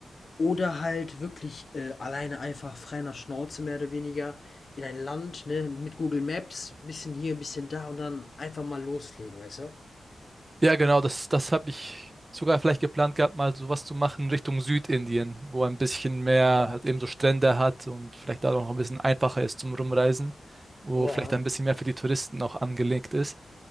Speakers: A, on the left (about 50°); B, on the right (about 25°).
A: Oder halt wirklich, äh, alleine einfach frei nach Schnauze mehr oder weniger in ein Land, ne, mit Google Maps, bisschen hier, bisschen da und dann einfach mal loslegen, weißt du?
B: Ja, genau, das, das habe ich sogar vielleicht geplant gehabt, mal sowas zu machen Richtung Südindien, wo ein bisschen mehr
A: Ja,
B: halt eben so Strände hat und vielleicht da noch ein bisschen einfacher ist zum Rumreisen, wo
A: ja,
B: vielleicht ein bisschen mehr für die Touristen auch angelegt ist.